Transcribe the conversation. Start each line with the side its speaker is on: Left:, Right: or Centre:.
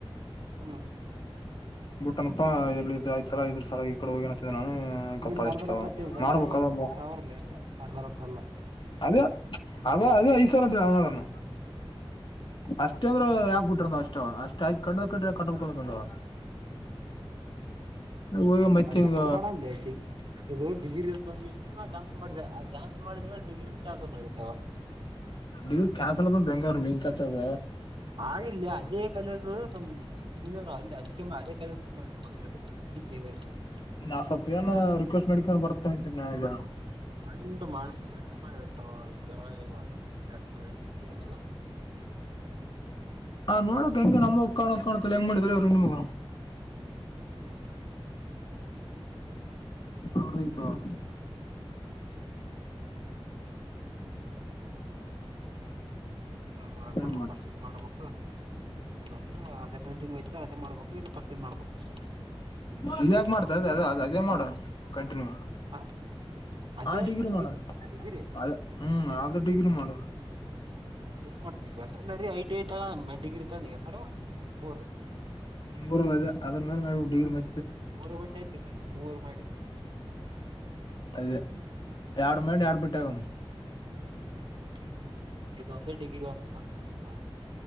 Right: ಹ್ಮ್
Left: ಬುಟ್ಟನಪ್ಪಾ
Right: ಹ್ಮ್
Left: ಎಲ್ಲ ಇದ್ ತರ ಇದ್ರ ತರ ಈ ಕಡೆ ಹೋಗಿ ನತಿದ್ದ ನಾನು ಹ್ಮ ಕಪ್ಪಷ್ಟ
Right: ನೀನ್ ಅರ್ಧ ರೊಕ್ಕ ಅಂತ ಹೇಳಿದೆ
Left: ಮಾಡ್ಬೇಕದ ಒಬ್ಬ
Right: ಐದ್ ಸಾವಿರಲ್ಲ ಎಷ್ಟ ಅರ್ಧ ರೊಕ್ಕ ಅಲ್ಲ
Left: ಅದ ಅದ ಅದ ಐ ಸಾವಿರ ಅಂತ ಅವನನು ಅಷ್ಟ ಅಂದ್ರ ಯಾಗ್ ಬಿಟ್ರಂದ್ ಅಷ್ಟ್ ಅಷ್ಟ್ ಆಯ್ ಕ ಕ್ರ ಕಟ್ಟಬೇಕಂದವು ಹೋಗಿ ಮತ್ತೆ ಈಗ
Right: ಎಕಡೆ ಮಾಡನ್ ಡ್ಡಿ ಇ ಡಿಗ್ರಿ ಇ ಬಂದ ನಾ ಕ್ಯಾನ್ಲ್ ಮಾಡಿದೆೆ ಆ ಕ್ಯಾನ್ಸಲ್ ಮಾಡಿದ ಡಿಗ್ರಿ ಕ್ಯಾನ್ಸಲ್ ಮಾಡಿಟ್ಟೆ
Left: ಡಿಗ್ರಿ ಕ್ಯಾನ್ಸಲ್ ಅದಂದು ಬೆಂಗೂರು ಮೀನ್ ಕಚದ
Right: ಆಗಿಲ್ಲ ಅದೇ ಕಲಸು ನಮ್ಮ್ ಸೀನಿಯರ್ ಅಲ್ಲಿ ಅದಕ್ಕೆಮ್ಮ ಅದೇ ಕಾಲದೆತಿವಸ ಒಂದು
Left: ನಾ ಸ್ವಪಏನ ರಿಕ್ವೆಸ್ಟ್ ಮಾಡಿಕಕೊಂಡು ಬರ್ತೇತ್ರಿ ನ ಜನ
Right: ಮಂಡು ಮಂಡು ಮಾಡಿದ ಮಾಡ ಕೇಳಿಲ್ಲ ಎಷ್ಟ್ ಹೇಳಿದ್ರಿ ಕೇಳಿಲ್ಲ
Left: ಹ ನೋಡಕ್ ಹೆಂಗಗೆ ನಮಗ್ ಕಾಣಕ್ ಕಾಣತ್ತ ಹೆಂಗ್ ಮಾಡಿದ್ರ ಅವರು ಹೆಂಡ ಮಗ
Right: ಹ್ಮ್
Left: ಹೋಡ್ೋಗತವಾ
Right: ಏ ಮಾಡಕ್
Left: ಏನ್
Right: ಬರ್ಲ
Left: ಮಾಡ
Right: ಪಫಸ್ಟ್ ಇದ್ ಮಾಡ್ಬೇಕಕ್ ಇಲ್ಲ ಅಂದ್ರೆ ಅದೇ ಕಂಟಿನ್ಯೂ ಐ್ ಅದೇ ಮಾಡ್ಬೇಕು ಇ ಕಷ್ಟನ್ ಮಾಡ್ಬೇಕು ಅಷ್ಟೆ
Left: ಇದ ಯಾಕ ಮಾಡ್ತ ಅ ಅ ಅದೇ ಮಾಡ ಕಂಟಿನ್ಯೂ
Right: ಹ ಅದೇ
Left: ಆ ಡಿಗ್ರಿ ಮಾಡ
Right: ಡಿಗ್ರಿ
Left: ಅ ಹ್ಮ್ ಆದದು ಡಿಗ್ರಿ ಮಾಡು
Right: ನ್ ಮಾಡ ನೀ ವೆಟರ್ನರಿ ಐ ಟಿ ಐತ ಡಿಗ್ರಿಡೆ ಮೂರ
Left: ಮೂರಲ್ಲ ಇದೆ ಅದ್ರ ಮೇಲೆ ನ ಡಿಗ್ರಿ ಮ
Right: ಮೂರು ಬಟ್ಟೆ ಐತಿ ಮತ್ತೆ ಮೂರ್ ಮಾಡಿ
Left: ಅದ ಎಡು ಮೇಡಿ ಎರಡು ಬಿಟ್ಟಾಗ
Right: ಹ್ಮ್ ಅದಕ್ಕೆ ಇದು ಒಂದ ಡಗ್ರಿ ಅಂದು ಕಂಪ್ಲೀಟ್ ಆ